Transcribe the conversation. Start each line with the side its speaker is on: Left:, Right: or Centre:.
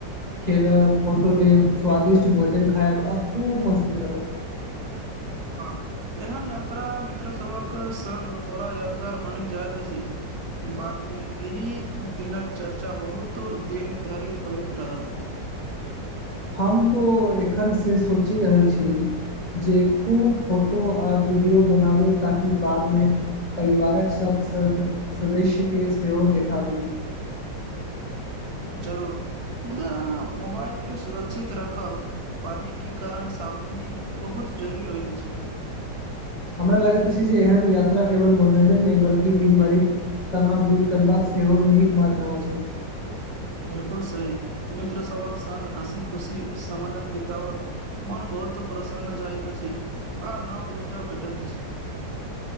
Left: खेलब फोटो लेब स्वादिष्ट भोजन खायब आ खूब मस्ती करब
Right: हाँ एहन यात्रा मित्र सबक संग ओरा यादगार बनि जाइत अछि बाद में एहि दिनक चर्चा बहुत दिन धरि होइत रहत
Left: हम तो एखन सँ सोचि रहल छी जे खूब फोटो आ वीडियो बनाबे ताकि बाद में परिवारक सब सदस्य के सेहो देखाबी
Right: जरूर मुदा मोबाइल के सुरक्षित राखब पानी के कारण सावधानी बहुत जरूरी होइत अछि
Left: हमरा लगैत छी जे एहन यात्रा केवल मनोरंजन नहि बल्कि दिन भरिक तनाव दूर करबाक सेहो नीक माध्यम अछि
Right: बिलकुल सही मित्र सबक संग हँसी खुशी समयक बिताओल मन बहुत प्रसन्न जाइत अछि आ नव ऊर्जा भेटैत अछि